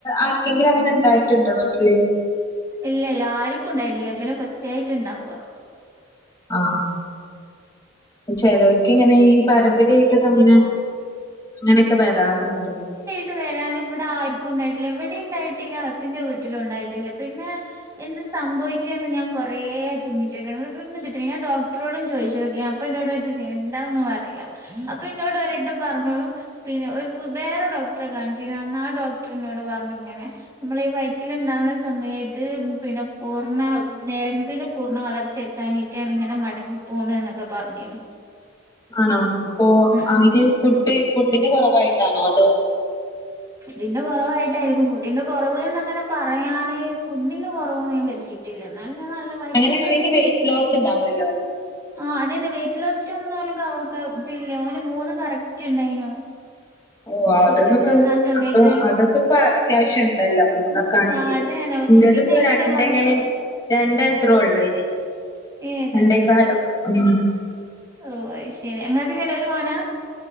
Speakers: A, on the left; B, on the right.
A: ആർക്കെങ്കിലും അങ്ങനെ ഉണ്ടായിട്ടുണ്ടോ വീട്ടില്
B: ഇല്ലല്ല ആർക്കും ഉണ്ടായിട്ടില്ല ഇവന് ഫസ്റ്റ് ആയിട്ട്ണ്ടാവാ
A: ആ ചേലോൽക്ക് ഇങ്ങനെ ഈ പാരമ്പര്യായിട്ടൊക്കെ ഇങ്ങനെ ഇങ്ങനൊക്കെ വരാറ്ണ്ട്
B: ട്ട് വരാൻ ഇവിടെ ആർക്കും ഉണ്ടായിട്ടില്ല ഇവ്ടിം ഉണ്ടായിട്ടില്ല അസിന്റെ വീട്ടിലും ഉണ്ടായിട്ടില്ല പിന്നെ എന്ത് സംഭവിച്ചേന്ന് ഞാൻ കൊറേ ചിന്തിച്ച്ക്ണ് ന്നട്ടൊന്നും കിട്ട്നില്ല ഞാൻ ഡോക്ടറോടും ചോയിച്ചു നോക്കി അപ്പൊ എന്നോട് <unintelligible> എന്താന്നും അറിയില്ല അപ്പൊ ഇന്നോട് ഒരട്ടം പർഞ്ഞു പിന്നെ ഒരു പു വേറെ ഡോക്ടറെ കാണിച്ചീന്ന് അന്ന് ആ ഡോക്ടറിനോട് പർഞ്ഞു ഇങ്ങനെ നമ്മളീ വയറ്റിൽ ഉണ്ടാവുന്ന സമയത് പിന്നെ പൂർണ്ണ നെരമ്പിന് പൂർണ്ണ വളർച്ചെത്താഞിട്ടാണ് ഇങ്ങനെ മടങ്ങി പോണ് എന്നൊക്കെ പറഞ്ഞീന്നു
A: ആണോ അപ്പോ
B: ഉം
A: അയ്ന് ഫുഡ് ഫുഡിന്റെ കൊറവായിട്ടാണോ അതോ
B: ഫുഡിന്റെ കൊറവായിട്ടായിരിക്കും ഫുഡിന്റെ കൊറവ്ന്ന് അങ്ങനെ പറയാന് ഫുഡിന്റെ കൊറവൊന്നും വര്ത്തീ ട്ടില്ല എന്നാലും ഞാൻ നല്ല വയറ്റിലുള്ള
A: അങ്ങനെയാണെങ്കിൽ
B: സമയത്ത്
A: വെയിറ്റ് ലോസ് ഉണ്ടാവുമല്ലോ
B: ആഹ് അതെന്നെ വെയിറ്റ് ലോസ് ഒന്നും ഓന് ഇല്ല ഓന് മൂന്ന് കറക്റ്റ് ഉണ്ടായിനു
A: ഓ അതൊന്നു
B: പുറത്തേക്ക്
A: ഇപ്പോ
B: വന്ന ആ സമയത്ത്
A: അപ്പ അതൊക്കെ ഇപ്പ അത്യാവശ്യണ്ടല്ലോ മൂന്നൊ ക്കെ ആണങ്കിലും
B: ആഹ് അതന്നെ പക്ഷെ
A: ഇന്റതുപ്പോ
B: പിന്നെ എങ്ങനെ
A: രണ്ടേ
B: വന്നു
A: രണ്ടേത്രോ ഒള്ളേനി
B: ഏഹ്
A: രണ്ടേക്കാലോ ഉം
B: ഓ അയ്ശരി അങ്ങക്ക് എങ്ങനെ ഒരു മോനാ